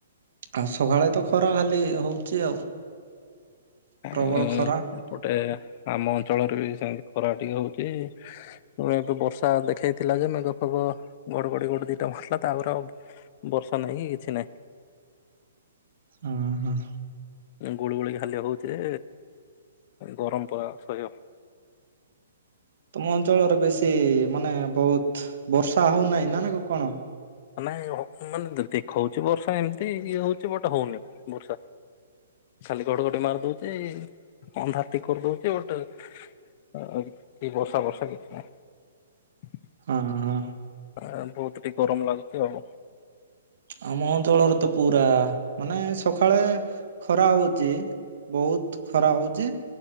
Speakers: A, on the right; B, on the left.
A: ଆଉ ସକାଳେ ତ ଖରା ଖାଲି ହଉଚ ଆଉ।
B: ଉଁ
A: ପ୍ରବଳ ଖରା
B: ଏପଟେ ଆମ ଅଞ୍ଚଳରେ ବି ସେମତି ଖରା ଟିକେ ହଉଛି ଏବେ ବର୍ଷା ଦେଖେଇଥିଲା ଯେ ମେଘ ଫେଗ ଗଡ ଗଡି ଗୋଟେ ଦିଟା <unintelligible> ତାପରେ ଆଉ ବର୍ଷା ନାହିଁ କି କିଛି ନାହିଁ।
A: ହୁଁ ହୁଁ।
B: ଗୁଳି ଗୁଳି ଖାଲି ହଉଛି। ଗରମ ପ ଅସୟ।
A: ତମ ଅଞ୍ଚଳରେ ବେଶୀ ମାନେ ବହୁତ ବର୍ଷା ହଉନାହିଁ ନା ନା କ କଣ?
B: ମାନ ମାନେ ଦେ-ଦେଖଉଛି ବର୍ଷା ଏମିତି ଇଏ ହଉଛି ବଟ ହଉନି ବର୍ଷା। ଖାଲି ଗଡ ଗଡି ମାରି ଦଉଛି ଅନ୍ଧାର ଟିକେ କରିଦଉଛି ଗୋଟେ ଅ କି ବର୍ଷା ବର୍ଷା କିଛି ନାହିଁ।
A: ହଁ ହଁ।
B: ଆ ବହୁତ ଟିକେ ଗରମ ଲାଗୁଛି ହଉ।
A: ଆମ ଅଞ୍ଚଳରେ ତ ପୁରା ମାନେ ସକାଳେ ଖରା ହଉଛି। ବହୁତ ଖରା ହଉଚ